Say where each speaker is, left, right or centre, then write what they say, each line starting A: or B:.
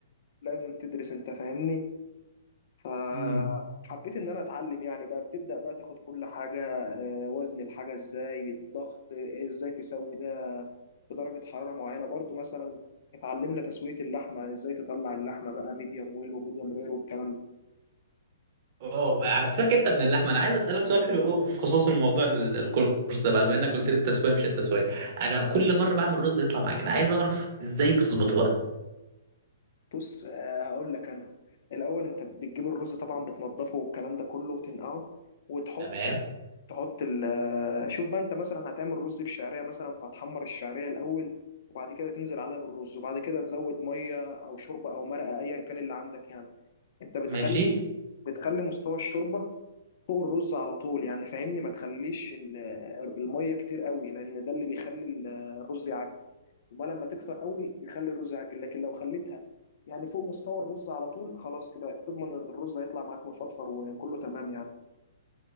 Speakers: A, on the left (about 55°); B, on the right (about 50°).
A: لازم تدرس انت فاهمني فحبيت
B: <laughs>
A: ان انا اتعلم يعني بقى بتبدا بقى تاخد كل حاجه آه، وزن الحاجه ازاي الضغط آه، ازاي تسوي ده في درجه حراره معينه برضو مثلا اتعلمنا تسويه اللحمه ازاي تطلع اللحمه بقى ميديوم ويل وميديوم رير والكلام ده
B: اه سيبك انت من اللحمه انا عايز اسالك سؤال حلو قوي في خصوص الموضوع ال- الكورس ده بقى بما انك قلت لي التسويه مش التسويه انا كل مره بعمل رز يطلع معجن عايز اعرف ازاي بتظبطه بقى
A: بص آه، هقول لك انا الاول انت بتجيب الرز طبعا بتنضفه والكلام ده كله وتنقعه وتحط
B: تمام
A: تحط ال شوف بقى انت مثلا هتعمل رز بشعريه مثلا فهتحمر الشعريه الاول وبعد كده تنزل عليها بالرز وبعد كده تزود ميه او شوربه او مرقه ايا كان اللي عندك يعني انت بتخلي
B: ماشي
A: بتخلي مستوى الشوربه فوق الرز على طول يعني فاهمني ما تخليش ال- الميه كتير قوي لان ده اللي بيخلي ال- الرز يعجن وما لما تكتر قوي بيخلي الرز يعجن لكن لو خليتها يعني فوق مستوى الرز على طول خلاص كده تضمن ان الرز هيطلع معاك مفرفر وكله تمام يعني